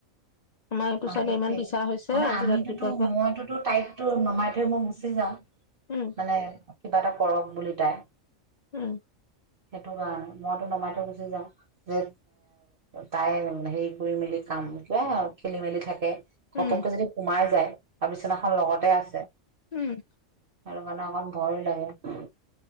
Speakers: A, on the left; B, on the right.
A: আমাৰ এইটো
B: সেইটোৱে
A: চাইডে ইমান পিছা হৈছে
B: মানে
A: আজি
B: আমিতোতো
A: ৰাতিপুৱাৰ পৰা
B: মইতোতো তাইকো নমাই থৈ মই গুচি যাও
A: উম
B: মানে কিবা এটা। কৰক বুলি তাই।
A: উম।
B: সেইটো কাৰণে মইতো নমাই থৈ গুচি যাম যে এই তাই হেৰি কৰি মেলি কাম ক খেলি মেলি থাকে ঘপককে
A: উম
B: যদি সোমাই যায় আৰু বিছনাখন লগতে আছে
A: উম
B: আৰু মানে অকণ ভয় লাগে